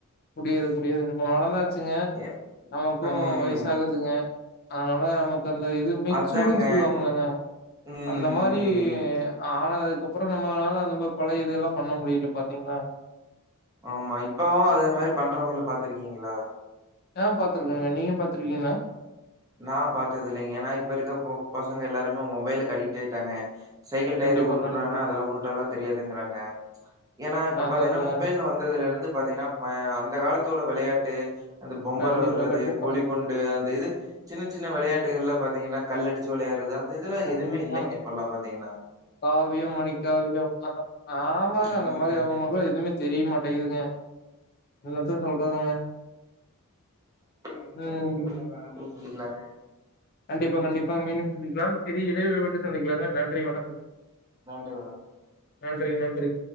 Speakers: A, on the left (about 45°); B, on the right (about 15°).
A: முடியாது முடியாது நம்ம வளந்தாச்சிங்க
B: எ
A: நமக்கு
B: ம்
A: வயிசாகுதுங்க அதனால நமக் இது அந்த இது மெச்சூடுன்னு
B: அதாங்க
A: சொல்லுவாங்கில்லங்க
B: ம்
A: அந்த மாரி ஆனா அதுக்கப்புறோ நம்மளால அந்த நம்போ பழைய இது எல்லா பண்ண முடியல பாத்தீங்களா
B: ஆமா இப்பவு அதே மாரி பண்றவங்கள பாத்திருக்கீங்களா
A: ஆ பாத்திருக்கேங்க நீங்க பாத்திருக்கீங்கலா
B: நா பாத்ததில்லிங்க ஏன்னா இப்ப இருக்க ப பசங்க எல்லாருமே மொபைலுக்கு அடிக்ட் ஆயிட்டாங்க சைக்கிள் டயர
A: கண்டிப்பா,
B: உருட்றானா
A: கண்டிப்பா.
B: அதெல்லா உருட்டெல்லா தெரியாதுங்கிறாங்க ஏன்னா இப்ப
A: அதான்,
B: பாத்தீங்கன்னா
A: அதாங்க.
B: மொபைல் வந்ததுல இருந்து பாத்தீங்கன்னா ம அந்த காலத்தோட வெளையாட் ட்டு அந்த பொம்பரோ
A: கண்டிப்பா,
B: விட்றது
A: கண்டிப்பா,
B: கோலிக்குண்டு அந்த இது சின் சின்ன விளையாட்டுகள் எல்லா பாத்திங்கன்னா கல் அடிச்சி விளையாட்றது அந்த இதெல்லா
A: கண்டிப்பா.
B: எதுமே இல்லைங்க இப்பெல்லா பாத்தீங்கன்னா
A: காவியம் மணிக்காவியம் அந்த ஆமாங்க
B: ம்.
A: அந்த மாரி அவுங்களுக்லா எதுவுமே தெரிய மாட்டேங்குதுங்க என்னத்த சொல்றதுங்க
B: நன்றி வணக்கம்
A: ம்.
B: மீண்டும் <unintelligible> சந்திக்கலாங்க
A: கண்டிப்பா, கண்டிப்பாங்க. மீண்டும் சந்திக்கலாம் சிறிய இடைவெளி விட்டு சந்திக்கலாங்க நன்றி வணக்கங்க
B: நன்றி வணக்கம்
A: நன்றி நன்றி